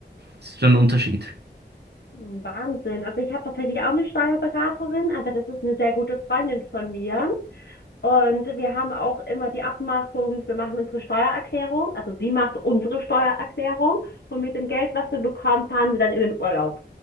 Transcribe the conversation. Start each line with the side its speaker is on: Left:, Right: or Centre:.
Right: das ist schon ein Unterschied.
Left: Wahnsinn. Also ich habe tatsächlich auch eine Steuerberaterin, aber das ist eine sehr gute Freundin von mir. Und wir haben auch immer die Abmachung, wir machen unsere Steuererklärung, also sie macht unsere Steuererklärung und mit dem Geld, was wir bekommen, fahren wir dann in den Urlaub.